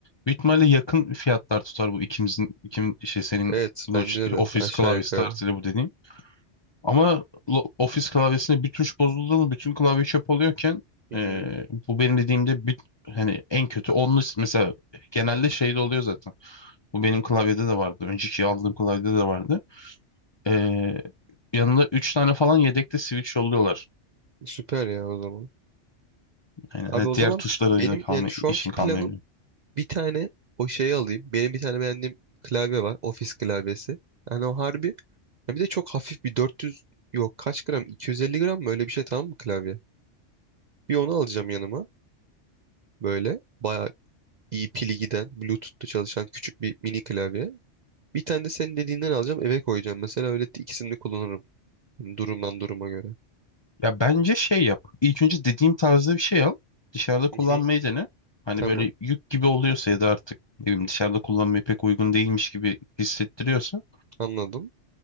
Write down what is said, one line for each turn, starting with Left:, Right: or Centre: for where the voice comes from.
Left: Büyük ihtimalle yakın fiyatlar tutar bu ikimizin ikimin şey senin
Right: Evet
Left: Logitech
Right: bence de
Left: Office
Right: aşağı
Left: klavyesi
Right: yukarı.
Left: tarzıyla bu dediğim. Ama lo- Office klavyesinde bir tuş bozuldu mu bütün klavye çöp oluyorken
Right: Hmm,
Left: e, bu benim dediğimde bir, hani en kötü 10'lu mesela genelde şeyde oluyor zaten. Bu benim klavyede de vardı. Önceki aldığım klavyede de vardı. E, yanında 3 tane falan yedekte switch yolluyorlar.
Right: süper ya o zaman.
Left: Aynen.
Right: Abi
Left: Ha,
Right: o
Left: diğer
Right: zaman
Left: tuşlara
Right: benim
Left: da kalma,
Right: yani şu anki
Left: işin
Right: planım
Left: kalmayabiliyor.
Right: bir tane o şeyi alayım. Benim bir tane beğendiğim klavye var. Ofis klavyesi. Yani o harbi. ya bir de çok hafif bir 400 yok kaç gram 250 gram mı öyle bir şey tamam mı klavye? Bir onu alacağım yanıma. Böyle bayağı iyi pili giden Bluetooth'ta çalışan küçük bir mini klavye. Bir tane de senin dediğinden alacağım eve koyacağım. Mesela öyle ikisini de kullanırım. Yani Durumdan duruma göre.
Left: Ya bence şey yap. İlk önce dediğim tarzda bir şey al. Dışarıda kullanmayı
Right: Hı hı.
Left: dene. Hani
Right: Tamam
Left: böyle yük gibi oluyorsa ya da artık ne bileyim dışarıda kullanmaya pek uygun değilmiş gibi hissettiriyorsa
Right: anladım.